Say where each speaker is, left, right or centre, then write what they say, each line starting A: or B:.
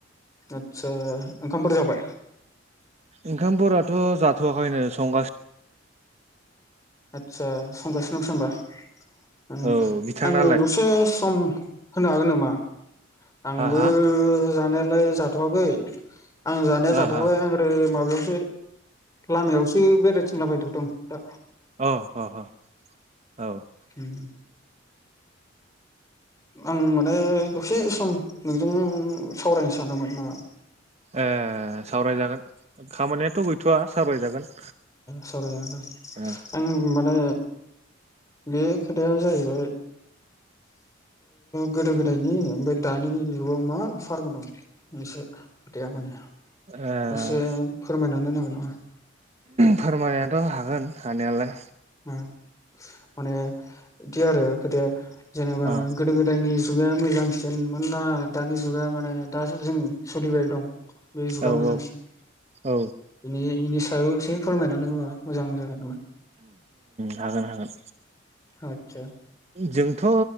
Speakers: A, on the left (about 20°); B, on the right (about 35°).
A: आतसा ओंखामफोर जाबाय?
B: ओंखामफोराथ' जाथ'वाखैनो संगासिनो
A: आदसा संगासिनो दंसै होनोमबा
B: औ बिथांनालाय
A: आंनो दसे सम होनो हागोन नामा आंबो
B: हा हा
A: जानायालाय जाथ'वाखै आं जानाया
B: हा
A: जाथावबायै
B: हा
A: आं माबायाव लामायावसो बेरायथिंला बायथदों दा
B: अ अ औ
A: उम आं माने दसे सम नोंजों सावरायनो सानोमोन नामा
B: ओ सावरायजागोन खामानियाथ' गैथ'वआ सावरायजागोन
A: सावरायनो
B: ओ
A: गोनां आं माने बे खोथायानो जाहैब गोदो गोदायनि ओमफ्राय दानि जुगाव मा फार्क दं एसो गोया माने
B: ओ
A: एसे फोरमायनानै होनांगोन नामा
B: फोरमायनायाथ' हागोन हानायालाय
A: नामा ओ माने बिदि आरो खोथाया जेनेबा
B: अ
A: गोदो गोदायनि जुगाया मोजां मोना दानि जुगा माने दो जों सोलिबाय दं बे जुगा
B: औ
A: मोजांसिन
B: औ
A: बिनि बेनि सायाव एसे फोरमायनानै होबा मोजां जागोन नामा
B: हागोन हागोन
A: आदसा
B: जोंथ'